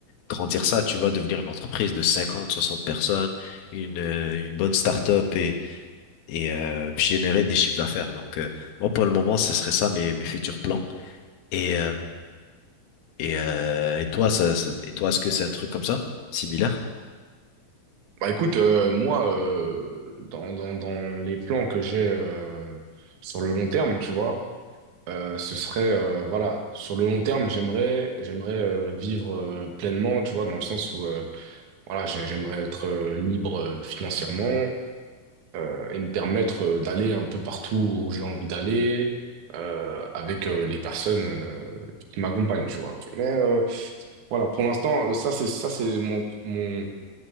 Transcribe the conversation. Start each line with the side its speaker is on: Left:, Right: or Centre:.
Left: grandir ça, tu vois, devenir une entreprise de 50 60 personnes, une, euh, une bonne start-up et, et euh, puis générer des chiffres d'affaires. Donc, euh, moi, pour le moment, ce serait ça mes, mes futurs plans. Et, euh, et, euh, et toi, ça, ça- et toi, est-ce que c'est un truc comme ça, similaire?
Right: Bah écoute, euh, moi, euh, dans, dans, dans les plans que j'ai euh, sur le long terme, tu vois, euh, ce serait, euh, voilà, sur le long terme, j'aimerais, j'aimerais euh, vivre euh, pleinement, tu vois, dans le sens où, euh, voilà, j'ai- j'aimerais être euh, libre euh, financièrement euh, et me permettre euh, d'aller un peu partout où j'ai envie d'aller euh, avec euh, les personnes euh, qui m'accompagnent, tu vois. Mais euh, voilà, pour l'instant, ça c'est ça c'est mon, mon